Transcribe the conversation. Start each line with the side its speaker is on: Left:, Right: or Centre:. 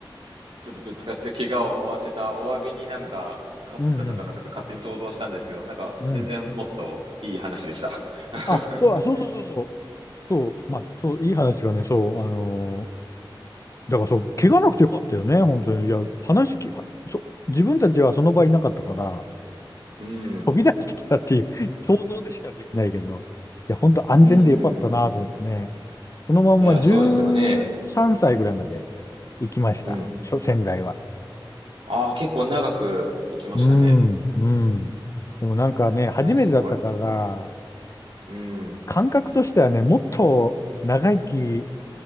Right: ちょっとぶつかって怪我を負わせたお詫びになんか、勝ったのかなとか勝手に想像したんですけど、
Left: うん、うん、
Right: なんか、
Left: うん。
Right: 全然もっといい話でした。<laughs>
Left: あ、そう、あ、そうそうそうそう。そう、まあ、そう、いい話がね、そう、あのーだからそう、怪我なくてよかったよね、本当に。いや、話き、はそう、自分たちはその場いなかったから、
Right: うん、
Left: 飛び出してきたっていう <laughs> 想像でしかできないけど、いや、本当安全でよかったなと思ってね。
Right: うん。
Left: そのまんま13歳ぐらいまで
Right: いや、そうですよね。
Left: 行きました。
Right: うん。
Left: しょ仙台は。
Right: ああ、結構長く行きましたね。
Left: うん、うん。でもなんかね、初めてだったから、
Right: いや、すごい。うん、
Left: 感覚としてはね、もっと長生き